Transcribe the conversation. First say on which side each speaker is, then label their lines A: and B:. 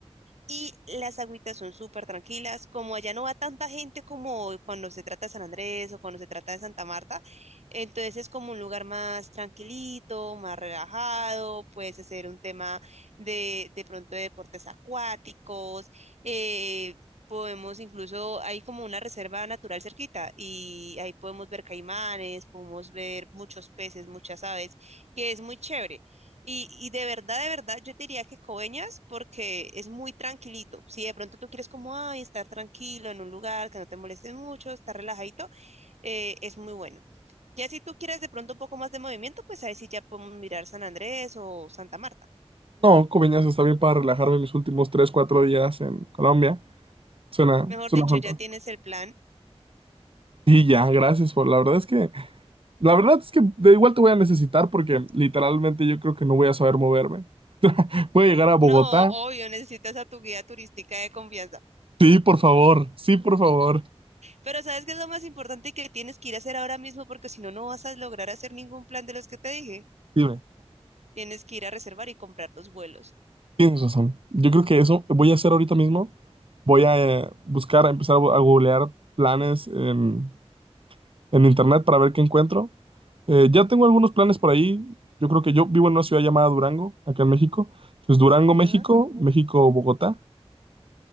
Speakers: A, on the right; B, on the right.
A: Y las agüitas son súper tranquilas, como allá no va tanta gente como cuando se trata de San Andrés o cuando se trata de Santa Marta, entonces es como un lugar más tranquilito, más relajado, puedes hacer un tema de, de pronto de deportes acuáticos, eh, podemos incluso, hay como una reserva natural cerquita y ahí podemos ver caimanes, podemos ver muchos peces, muchas aves, que es muy chévere. Y, y de verdad, de verdad, yo te diría que Coveñas porque es muy tranquilito. Si de pronto tú quieres como, ay, estar tranquilo en un lugar que no te moleste mucho, estar relajadito, eh, es muy bueno. Ya si tú quieres de pronto un poco más de movimiento, pues ahí sí ya podemos mirar San Andrés o Santa Marta.
B: No, Coveñas está bien para relajarme mis últimos tres, cuatro días en Colombia. Suena,
A: Mejor
B: suena
A: dicho,
B: fantástico.
A: ya tienes el plan. <laughs>
B: Y ya, gracias por. La verdad es que. La verdad es que de igual te voy a necesitar porque literalmente yo creo que no voy a saber moverme. puede llegar a Bogotá.
A: No, obvio, necesitas a tu guía turística de confianza.
B: Sí, por favor, sí, por favor.
A: Pero ¿sabes qué es lo más importante que tienes que ir a hacer ahora mismo? Porque si no, no vas a lograr hacer ningún plan de los que te dije.
B: Dime,
A: Tienes que ir a reservar y comprar los vuelos.
B: tienes razón. Yo creo que eso voy a hacer ahorita mismo. Voy a eh, buscar, a empezar a bu- a googlear planes en, en internet para ver qué encuentro. Eh, ya tengo algunos planes por ahí. Yo creo que yo vivo en una ciudad llamada Durango, acá en México. Entonces, Durango,
A: Ajá.
B: México, México, Bogotá.